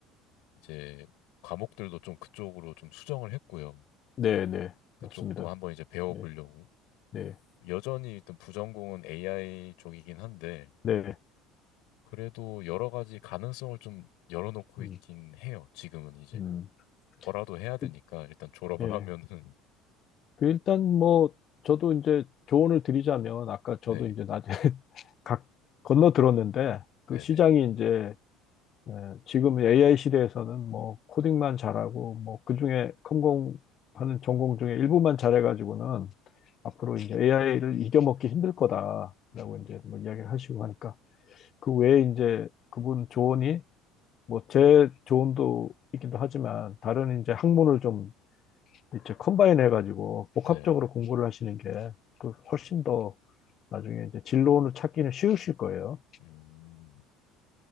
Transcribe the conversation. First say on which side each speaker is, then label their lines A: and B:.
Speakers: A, on the left; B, on the left.
A: 이제 과목들도 좀 그쪽으로 좀 수정을 했고요.
B: 네, 네,
A: 그쪽도
B: 맞습니다.
A: 한번 이제 배워보려고.
B: 네, 네,
A: 여전히 일단 부전공은 AI 쪽이긴 한데
B: 네,
A: 그래도 여러 가지 가능성을 좀 열어놓고
B: 음,
A: 있긴 해요. 지금은 이제
B: 음,
A: 뭐라도 해야 되니까
B: 그,
A: 일단 졸업을
B: 예.
A: 하면은
B: 그 일단 뭐 저도 이제 조언을 드리자면
A: <laughs>
B: 아까
A: 네,
B: 저도 이제 낮에 <laughs> 각 건너 들었는데
A: 네네.
B: 그 시장이 이제 에, 지금 AI 시대에서는 뭐 코딩만 잘하고 뭐 그중에 컴공하는 전공 중에 일부만 잘해가지고는 앞으로 이제 AI를 이겨먹기 힘들 거다라고
A: 음,
B: 이제 뭐 이야기를 하시고 하니까 그 외에 이제 그분 조언이 뭐 제 조언도 있기도 하지만 다른 이제 학문을 좀 이제 컴바인 해가지고 복합적으로
A: 네.
B: 공부를 하시는 게 그 훨씬 더 나중에 이제 진로를 찾기는 쉬우실 거예요.
A: 음,